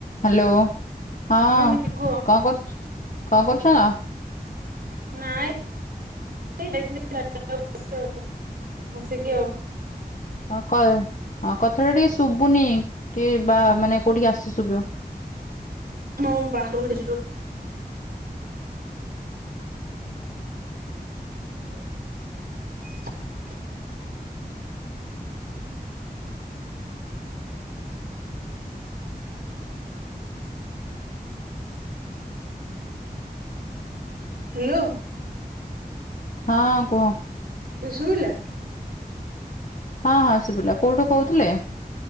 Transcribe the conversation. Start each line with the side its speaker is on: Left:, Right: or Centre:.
Left: Hello ହଁ
Right: ଦିଦି କୁହ
Left: କଣ କରୁ କଣ କରୁଛ?
Right: ନାଇଁ <unintelligible> ବସିକି ଆଉ।
Left: ହଁଁ କଥାଟା ଟିକେ ଶୁଭୁନି ଟିକେ ବା ମାନେ କୋଉଠିକି ଆସ ଶୁଭିବ
Right: ମୁଁ ବାହାରକୁ ତି ଜି <unintelligible> ହ୍ୟାଲୋ।
Left: ହଁ କୁହ।
Right: ଶୁଭିଲା
Left: ହଁ ହଁ ଶୁବିଲା କୋଉଠୁ କହୁଥିଲେ?